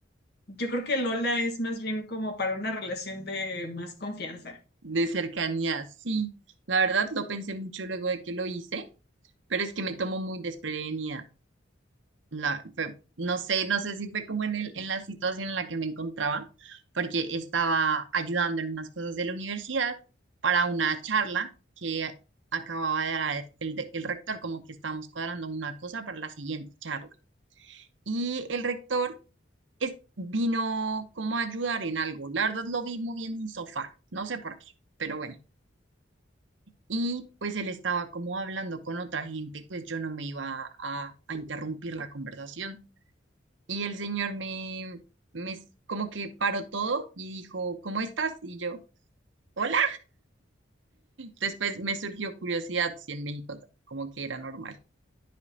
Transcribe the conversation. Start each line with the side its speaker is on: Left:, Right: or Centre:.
Left: yo creo que el hola es más bien como para una relación de más confianza.
Right: de cercanía. Sí, la verdad lo pensé mucho luego de que lo hice, pero es que me tomo muy desprevenida. la, fue- no sé, no sé si fue como en el, en la situación en la que me encontraba, porque estaba ayudando en unas cosas de la universidad para una charla que acababa de dar el, de- el rector, como que estábamos cuadrando una cosa para la siguiente charla. Y el rector es- vino como a ayudar en algo. La verdad lo vi moviendo un sofá, no sé por qué, pero bueno. Y pues él estaba como hablando con otra gente, pues yo no me iba a a interrumpir la conversación. Y el señor me, me s- como que paró todo y dijo, ¿cómo estás? Y yo, hola. Después me surgió curiosidad si en México ta- como que era normal.